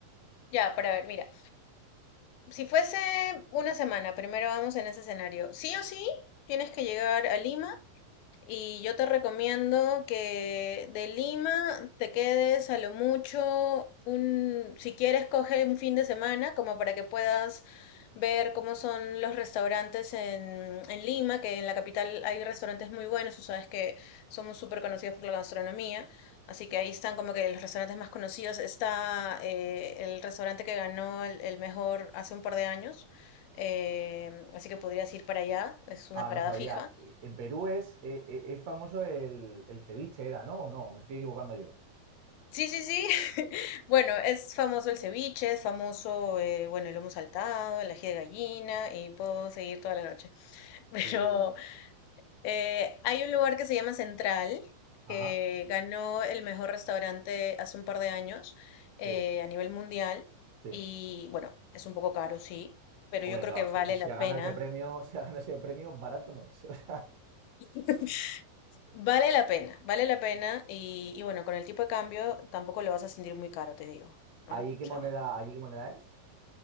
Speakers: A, on the left; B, on the right.
A: Ya, para ver, mira, si fuese una semana, primero vamos en ese escenario. Sí o sí, tienes que llegar a Lima Y yo te recomiendo que de Lima te quedes a lo mucho un, si quieres, coge un fin de semana como para que puedas ver cómo son los restaurantes en, en Lima, que en la capital hay restaurantes muy buenos, tú sabes que somos súper conocidos por la gastronomía, así que ahí están como que los restaurantes más conocidos. Está eh, el restaurante que ganó el, el mejor hace un par de años, eh, así que podrías ir para allá, es una
B: Ah,
A: parada
B: no sabía.
A: fija.
B: Eh, En Perú es, eh, eh, es famoso el, el ceviche, ¿era, no? ¿O no? Me estoy equivocando yo.
A: Sí, sí, sí. <laughs> Bueno, es famoso el ceviche, es famoso, eh, bueno, el lomo saltado, el ají de gallina y puedo seguir toda la noche. <laughs> Pero
B: Sí, sí, sí.
A: eh, hay un lugar que se llama Central,
B: Ajá,
A: que ganó el mejor restaurante hace un par de años eh,
B: sí,
A: a nivel mundial.
B: sí.
A: Y bueno, es un poco caro, sí, pero
B: Hombre,
A: yo creo
B: claro,
A: que vale
B: si, si
A: la
B: ha
A: pena.
B: ganado ese premio, <laughs> si ha ganado ese premio, barato no es. <laughs> O sea,
A: <laughs> Vale la pena, vale la pena. Y, y bueno, con el tipo de cambio tampoco lo vas a sentir muy caro, te digo, ¿no?
B: ¿allí
A: O
B: qué
A: sea,
B: moneda, allí qué moneda es?